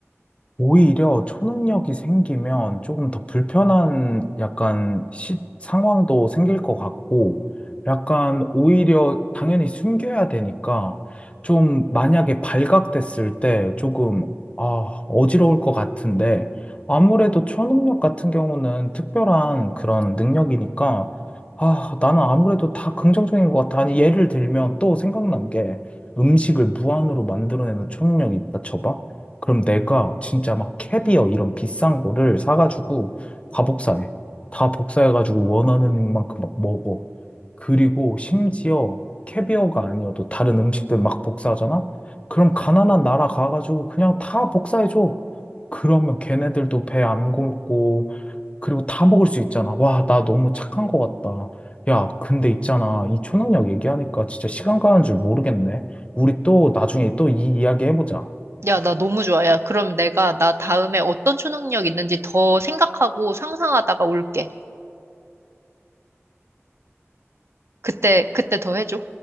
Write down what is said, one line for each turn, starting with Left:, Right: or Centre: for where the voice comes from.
Left: 오히려 초능력이 생기면 조금 더 불편한 약간 시, 상황도 생길 것 같고, 약간 오히려 당연히 숨겨야 되니까, 좀 만약에 발각됐을 때 조금, 아, 어지러울 것 같은데, 아무래도 초능력 같은 경우는 특별한 그런 능력이니까, 아, 나는 아무래도 다 긍정적인 것 같아. 아니, 예를 들면 또 생각난 게 음식을 무한으로 만들어내는 초능력이 있다 쳐봐. 그럼 내가 진짜 막 캐비어 이런 비싼 거를 사가지고 다 복사해. 다 복사해가지고 원하는 만큼 막 먹어. 그리고 심지어 캐비어가 아니어도 다른 음식들 막 복사하잖아? 그럼 가난한 나라 가가지고 그냥 다 복사해줘. 그러면 걔네들도 배 안 굶고, 그리고 다 먹을 수 있잖아. 와, 나 너무 착한 것 같다. 야, 근데 있잖아. 이 초능력 얘기하니까 진짜 시간 가는 줄 모르겠네. 우리 또 나중에 또 이 이야기 해보자.
Right: 야, 나 너무 좋아. 야, 그럼 내가 나 다음에 어떤 초능력 있는지 더 생각하고 상상하다가 올게. 그때, 그때 더 해줘.